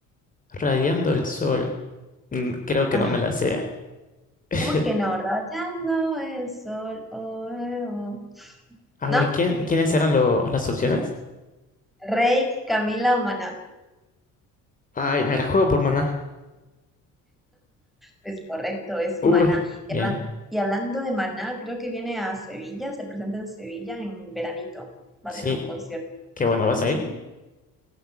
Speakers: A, on the left; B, in the centre.
A: Radiando el sol. Mm, Creo que
B: Ah,
A: no me la sé. <laughs>
B: ¿cómo que no? Rayando el Sol, oh, eh, oh.
A: A
B: ¿No?
A: ver, ¿quién, quiénes eran lo- las opciones?
B: Reik, Camila o Maná.
A: Ay, me la juego por maná.
B: Es correcto, es
A: Uy,
B: Maná.
A: bien,
B: Y, hablan- y hablando de Maná, creo que viene a Sevilla, se presenta en Sevilla en veranito. Va
A: sí,
B: a tener un concierto.
A: qué bueno, ¿vas
B: Ujú.
A: a ir?